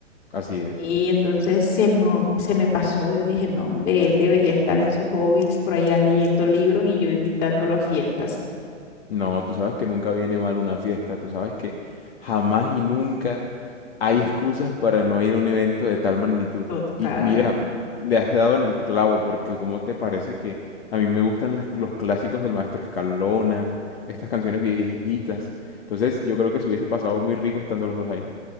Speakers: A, on the left; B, on the left.
A: Así es.
B: Y entonces se me, se me pasó, yo dije, no, hombre, él debería estar en sus hobbies, por allá leyendo libros y yo invitándolo a fiestas.
A: No, tú sabes que nunca viene mal una fiesta. Tú sabes que jamás y nunca hay excusas para no ir a un evento de tal magnitud.
B: Total.
A: Y mira, le has dado en el clavo, porque ¿cómo te parece que a mí me gustan las- los clásicos del maestro Escalona, estas canciones viejitas? Entonces yo creo que se hubiese pasado muy rico estando los dos ahí.